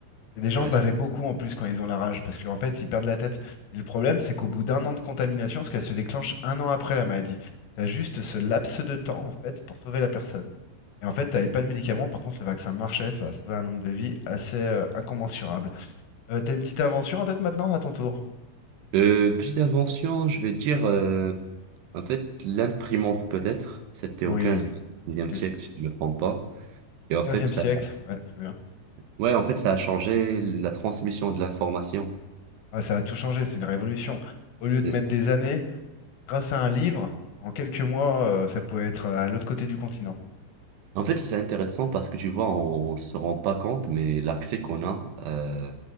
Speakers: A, on the left; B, on the right.
A: Et les gens
B: ouais.
A: bavaient beaucoup en plus quand ils ont la rage, parce qu'en fait, ils perdent la tête. Et le problème, c'est qu'au bout d'un an de contamination, parce qu'elle se déclenche un an après la maladie, t'as juste ce laps de temps, en fait, pour sauver la personne. Et en fait, t'avais pas de médicaments, par contre, le vaccin marchait, ça a sauvé un nombre de vies assez euh, incommensurable. Euh, t'as une petite invention en tête maintenant, à ton tour?
B: Euh, petite invention, je vais dire, euh, en fait, l'imprimante peut-être, c'était
A: Oui,
B: au quinzième e 19
A: oui.
B: siècle, si je ne me trompe pas. Et en
A: 15
B: fait, ça,
A: siècle, ouais, très bien.
B: ouais, en fait, ça a changé la transmission de l'information.
A: Ah, ça a tout changé, c'est une révolution. Au lieu
B: C'est
A: de mettre
B: ça.
A: des années, grâce à un livre, en quelques mois, euh, ça pouvait être euh, à l'autre côté du continent.
B: En fait, c'est intéressant parce que tu vois, on ne se rend pas compte, mais l'accès qu'on a euh,